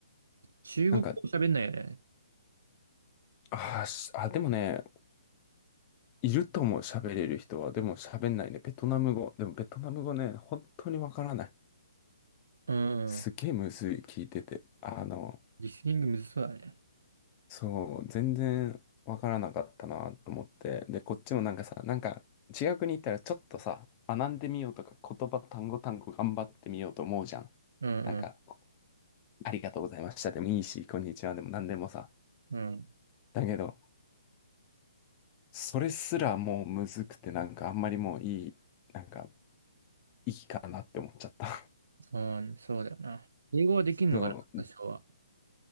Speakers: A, on the right; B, on the left.
A: 中国語喋んないよね。
B: なんか、あーしあ、でもね、いると思う、喋れる人は。でも喋んないね。ベトナム語。でもベトナム語ね、本当にわからない。
A: うんうん。
B: すげえむずい、聞いてて。あの、
A: リスニングむずそうだね。
B: そう、全然わからなかったなと思って。で、こっちもなんかさ、なんか違う国行ったらちょっとさ、学んでみようとか、言葉単語単語頑張ってみようと思うじゃん。
A: うん
B: なんか、ありがとうございましたでもいいし、こんにちはでも何でもさ。
A: うん。うん。
B: だけど、それすらもうむずくて、なんかあんまりもういい、なんか、だなって思っちゃった。
A: そう、そうだよな。英語はできんのかな、
B: <laughs> そう、
A: 多少は。